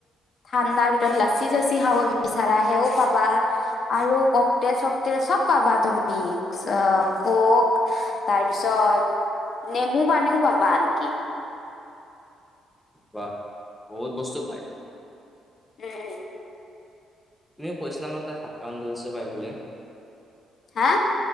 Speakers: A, on the left (about 55°); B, in the centre.
A: ঠাণ্ডাৰ ভিতৰত লাচি চাচি খাব বিচাৰা সেও পাবা আৰু ককটেল চকটেল চব পাবা তুমি। অ কক তাৰপিছত নেমু পানীও পাবা আনকি।
B: বা বহুত বস্তু পাইছ
A: উম উম।
B: তুমি কৈছিলা ন তাত শাক কাম ধৈছো পাই বুলি।
A: হা?